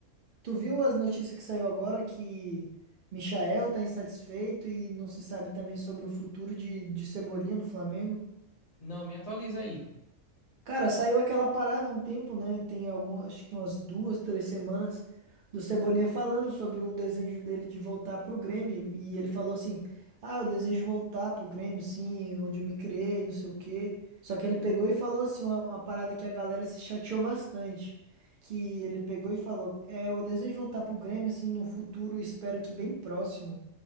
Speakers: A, on the right; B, on the left.
A: tu viu as notícias que saiu agora que Michael tá insatisfeito e não se sabe também sobre o futuro de, de Cebolinha no Flamengo?
B: Não, me atualiza aí.
A: Cara, saiu aquela parada há um tempo, né? Tem algumas, acho que umas duas, três semanas do Cebolinha falando sobre um desejo dele de voltar pro Grêmio. E ele falou assim: Ah, eu desejo voltar pro Grêmio, sim, onde eu me criei, não sei o quê. Só que ele pegou e falou assim: uma, uma parada que a galera se chateou bastante. Que ele pegou e falou: É, eu desejo voltar pro Grêmio, assim, no futuro, espero que bem próximo.